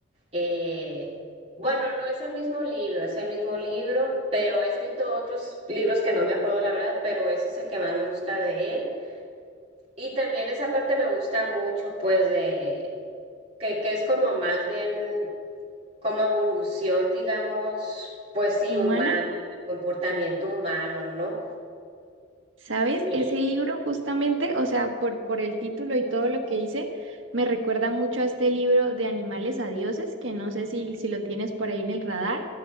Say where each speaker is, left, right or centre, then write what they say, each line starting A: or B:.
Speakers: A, on the right (about 30°); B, on the right (about 80°).
A: eh, bueno, no es el mismo libro, es el mismo libro, pero ha escrito otros libros que no me acuerdo la verdad, pero ese es el que más me gusta de él. Y también esa parte me gusta mucho, pues, de que, que es como más bien como evolución, digamos, pues sí,
B: ¿Humana?
A: humana, comportamiento humano, ¿no?
B: ¿Sabes?
A: Eh,
B: Ese libro justamente, o sea, por, por el título y todo lo que hice, me recuerda mucho a este libro de Animales a Dioses, que no sé si, si lo tienes por ahí en el radar,